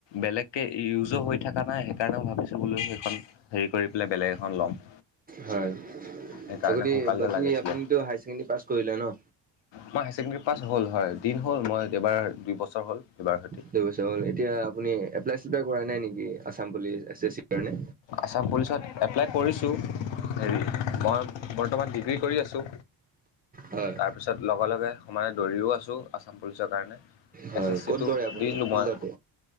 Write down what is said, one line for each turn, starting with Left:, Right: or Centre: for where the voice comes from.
Left: বেলেগকৈ ইউজো হৈ থকা নাই সেইকাৰণেই ভাবিছোঁ বোলো সেইখন হেৰি কৰি পেলাই বেলেগ এখন ল'ম।
Right: হয়।
Left: সেইকাৰণে
Right: আগি
Left: সোনকালতে
Right: বাকী
Left: লাগিছিলে
Right: আপুনিতো হাই ছেকেণ্ডেৰী পাছ কৰিলে ন।
Left: মই হাই ছেকেণ্ডেৰী পাছ হ'ল হয় দিন হ'ল মই দেবাৰ দুই বছৰ হ'ল এইবাৰ সৈতে
Right: ল কৈছে হ'ল এতিয়া আপুনি এপলাই চেপলাই কৰাই নাই নেকি? Assam police, S S C ৰ কাৰণে
Left: আছাম পুলিচত এপ্লাই কৰিছোঁ হেৰি মই বৰ্তমান ডিগ্ৰী কৰি আছোঁ।
Right: হয়।
Left: তাৰপিছত লগে লগে সমানে দৌৰিও আছোঁ আছাম পুলিচৰ কাৰণে
Right: হয়
Left: এছ এছ চিটো
Right: ক'ত দৌৰে আপুনি
Left: দি দছিলোঁ
Right: ফিল্ডতে
Left: মই